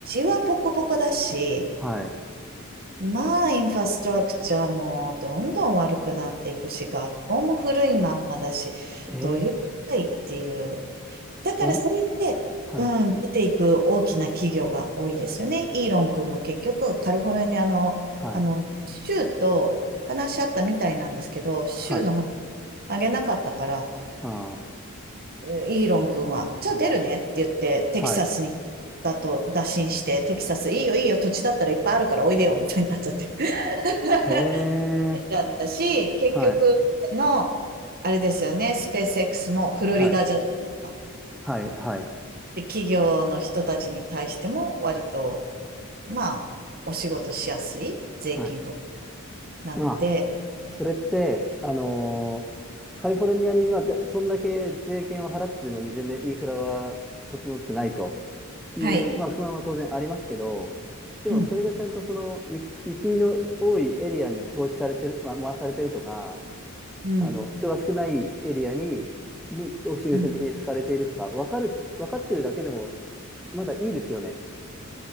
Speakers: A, on the right (about 45°); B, in the centre.
A: はボコボコだし、
B: はい。
A: まあインフラストラクチャーもどんどん悪くなっていくし、学校も古いまんまだし、
B: ええ
A: どういう世界っていう
B: そん、
A: だからそれで、
B: はい。
A: うん、出ていく大きな企業が多いですよね。イーロン君も結局、カリフォルニアの、
B: はい。
A: あの、州と話し合ったみたいなんですけど、州の方
B: はい。
A: 上げなかったから、
B: ああ、
A: えイーロン君は、じゃあ出るねって言って、テキサスに、
B: はい。
A: だと打診して、テキサス、いいよいいよ、土地だったらいっぱいあるからおいでよ、みたいになっちゃって。<laughs>
B: へえ。
A: 出ちゃったし、結局の、
B: はい。
A: あれですよね、スペース X もフロリダじゃないですか
B: はい。はい。はい。
A: で、企業の人たちに対しても割と、まあ、お仕事しやすい税金とか
B: はい。
A: なので、
B: まあそれって、あのーカリフォルニアにはでそんだけ税金を払ってるのに全然インフラは整ってないという、
A: はい。
B: まあ、不満は当然ありますけど、でもそれがちゃんとそのゆ雪の多いエリアに投資されてる、
A: うん、
B: まあ、回されてるとか、
A: うん、
B: あの人が少ないエリアに、にを優先的に使われているとか分かる、
A: うん。
B: 分かってるだけでもまだいいですよね。